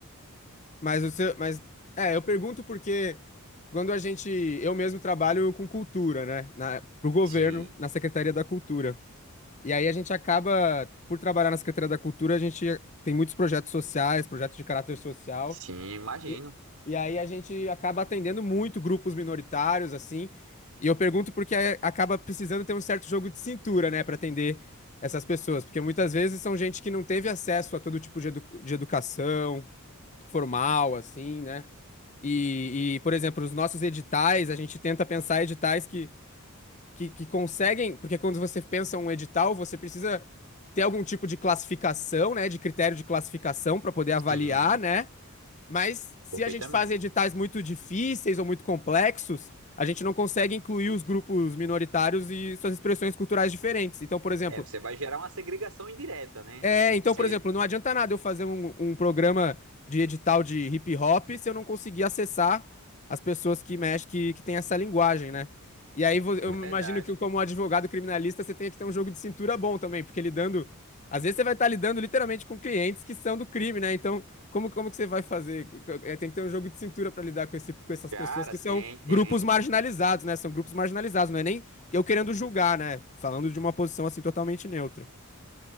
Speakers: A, on the left; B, on the right.
A: Mas o seu, mas é, eu pergunto porque quando a gente, eu mesmo trabalho com cultura, né, na, pro governo,
B: Sim,
A: na Secretaria da Cultura. E aí a gente acaba por trabalhar na Secretaria da Cultura, a gente tem muitos projetos sociais, projetos de caráter social.
B: sim, imagino.
A: E, e aí a gente acaba atendendo muito grupos minoritários assim. E eu pergunto porque é- acaba precisando ter um certo jogo de cintura, né, para atender essas pessoas, porque muitas vezes são gente que não teve acesso a todo tipo de edu- de educação formal, assim, né? E, e, por exemplo, os nossos editais, a gente tenta pensar editais que, que, que conseguem, porque quando você pensa um edital, você precisa ter algum tipo de classificação, né, de critério de classificação para poder avaliar,
B: Sim,
A: né? Mas se
B: perfeitamente.
A: a gente faz editais muito difíceis ou muito complexos, a gente não consegue incluir os grupos minoritários e suas expressões culturais diferentes. Então, por exemplo,
B: É, você vai gerar uma segregação indireta, né?
A: é, então,
B: Você,
A: por exemplo, não adianta nada eu fazer um, um programa de edital de hip hop se eu não conseguir acessar as pessoas que mexem, que, que têm essa linguagem, né? E aí vo- eu
B: Verdade.
A: imagino que, como advogado criminalista, você tem que ter um jogo de cintura bom também, porque lidando. Às vezes você vai estar lidando literalmente com clientes que são do crime, né? Então, como, como que você vai fazer? É, tem que ter um jogo de cintura para lidar com, esse, com essas
B: cara,
A: pessoas que
B: tem,
A: são grupos
B: tem.
A: marginalizados, né? São grupos marginalizados, não é nem eu querendo julgar, né? Falando de uma posição assim totalmente neutra.